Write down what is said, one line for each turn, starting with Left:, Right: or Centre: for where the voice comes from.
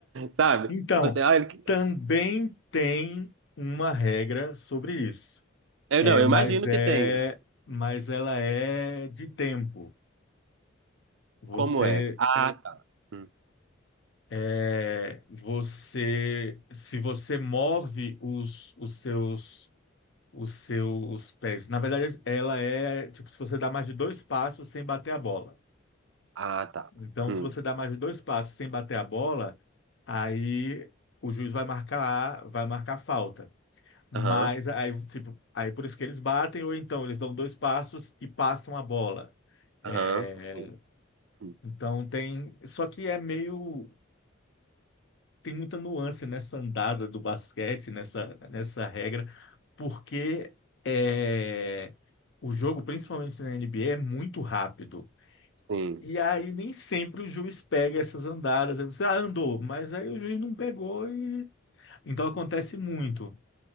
Right: Sabe?
Left: Então,
Right: Você, ah, ele...
Left: também tem uma regra sobre isso.
Right: eu,
Left: É,
Right: não, eu
Left: mas
Right: imagino
Left: é,
Right: que tenha.
Left: mas ela é de tempo. Você,
Right: Como é? Ah, tá. Hum.
Left: é, você, se você move os, os seus, os seus pés. Na verdade, ela é tipo se você dá mais de dois passos sem bater a bola.
Right: Ah, tá.
Left: Então,
Right: Hum.
Left: se você dá mais de dois passos sem bater a bola, aí o juiz vai marcar, vai marcar falta. Mas
Right: Aham,
Left: aí, tipo, aí por isso que eles batem, ou então eles dão dois passos e passam a bola. É,
Right: aham. Sim, hum.
Left: Então tem, só que é meio tem muita nuance nessa andada do basquete, nessa nessa regra, porque é o jogo, principalmente na NBA, é muito rápido.
Right: Sim.
Left: E aí nem sempre o juiz pega essas andadas. Aí você, ah, andou, mas aí o juiz não pegou e então acontece muito.